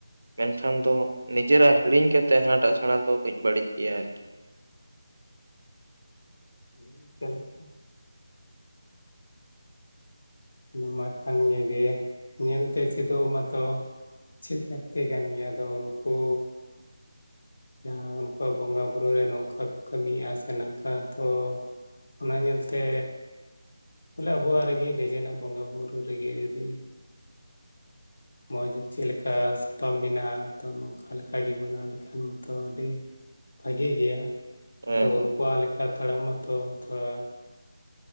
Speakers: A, on the right; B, on the left.
A: ᱢᱮᱱᱠᱷᱟᱱ ᱫᱚ ᱱᱤᱡᱮᱨᱟᱜ ᱦᱤᱲᱤᱧ ᱠᱟᱛᱮᱫ ᱦᱱᱟᱴᱟᱜ ᱥᱮᱬᱟ ᱫᱚ ᱠᱟᱹᱡ ᱵᱟᱹᱲᱤᱡ ᱜᱮᱭᱟ ᱟᱨᱠᱤ
B: <unintelligible> ᱱᱚᱣᱟ ᱢᱟ ᱠᱟᱱ ᱜᱮ ᱡᱮ ᱧᱮᱞᱛᱮ ᱪᱮᱫᱚᱜ ᱢᱟᱛᱚ <inaudible> ᱪᱮᱫ ᱞᱟᱹᱠᱛᱤ ᱠᱟᱱ ᱜᱮᱭᱟ ᱟᱫᱚ ᱩᱱᱠᱩ ᱡᱟᱦᱟᱸ ᱩᱱᱠᱩ ᱣᱟᱜ ᱵᱚᱸᱜᱟ ᱵᱩᱨᱩ ᱨᱮ ᱱᱚᱝᱠᱟ ᱠᱚ ᱠᱟᱹᱢᱤᱭᱮᱫᱼᱟ ᱥᱮ ᱱᱚᱝᱠᱟ ᱛᱚ ᱚᱱᱟ ᱧᱮᱞᱛᱮ ᱵᱚᱞᱮ ᱟᱵᱚᱣᱟᱜ ᱨᱮᱜᱮ ᱱᱤᱡᱮᱨᱟᱜ ᱵᱚᱸᱜᱟ ᱵᱩᱨᱩ ᱨᱮᱜᱮ ᱡᱩᱫᱤ ᱢᱚᱡᱽ ᱪᱮᱫ ᱞᱮᱠᱟ ᱥᱟᱯᱟᱵ ᱢᱮᱱᱟᱜᱼᱟ ᱛᱚ ᱱᱚᱝᱠᱟ ᱞᱮᱠᱟᱜᱮ ᱢᱟᱱᱟᱣ ᱞᱮᱠᱷᱟᱱ ᱢᱟᱛᱚ ᱟᱹᱰᱤ ᱵᱷᱟᱜᱤ ᱜᱮᱭᱟ
A: ᱦᱮᱸ
B: ᱟᱫᱚ
A: ᱦᱮᱸ
B: ᱩᱱᱠᱩᱣᱟᱜ ᱞᱮᱠᱟ ᱛᱟᱲᱟᱢ ᱢᱟᱛᱚ ᱛᱷᱚᱲᱟ